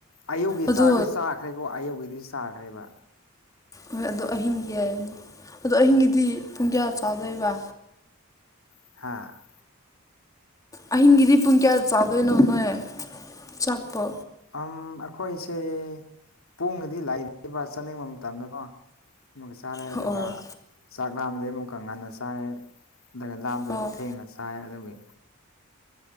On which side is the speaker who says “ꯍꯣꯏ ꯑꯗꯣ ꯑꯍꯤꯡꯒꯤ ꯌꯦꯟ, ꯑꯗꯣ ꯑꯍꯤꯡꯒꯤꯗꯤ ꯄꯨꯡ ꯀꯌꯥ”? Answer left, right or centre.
Left